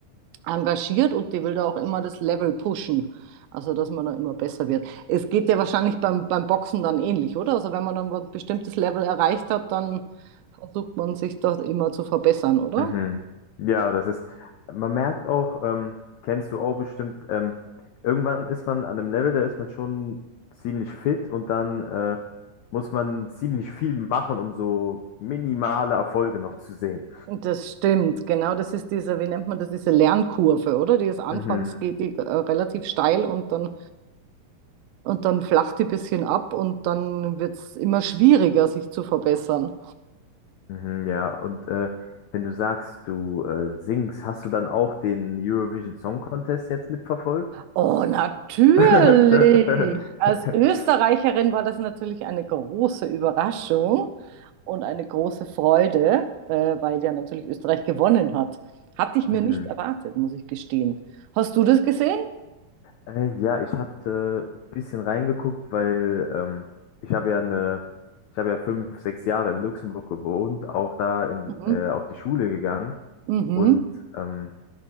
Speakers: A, on the right; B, on the left.
A: engagiert und die will da auch immer das Level pushen. Also, dass man da immer besser wird. Es geht ja wahrscheinlich beim, beim Boxen dann ähnlich, oder? Also, wenn man dann ein bestimmtes Level erreicht hat, dann versucht man sich da immer zu verbessern, oder?
B: Mhm. Ja, das ist, man merkt auch, ähm, kennst du auch bestimmt, ähm, irgendwann ist man an einem Level, da ist man schon ziemlich fit und dann äh, muss man ziemlich viel machen, um so minimale Erfolge noch zu sehen.
A: Und Das stimmt, genau. Das ist diese, wie nennt man das, diese Lernkurve, oder? Die ist anfangs
B: Mhm.
A: geht die äh, relativ steil und dann, und dann flacht die ein bisschen ab und dann wird es immer schwieriger, sich zu verbessern.
B: Mhm, ja, und äh, wenn du sagst, du äh, singst, hast du dann auch den Eurovision Song Contest jetzt mitverfolgt?
A: Oh, natürlich.
B: <laughs>
A: Als Österreicherin war das natürlich eine große Überraschung und eine große Freude, äh, weil ja natürlich Österreich gewonnen hat. Hatte ich mir
B: Mhm.
A: nicht erwartet, muss ich gestehen. Hast du das gesehen?
B: Äh, ja, ich hatte ein bisschen reingeguckt, weil ähm, ich habe ja eine, ich habe ja fünf, sechs Jahre in Luxemburg gewohnt, auch da in,
A: Mhm.
B: äh, auf die Schule gegangen.
A: Mhm.
B: Und ähm,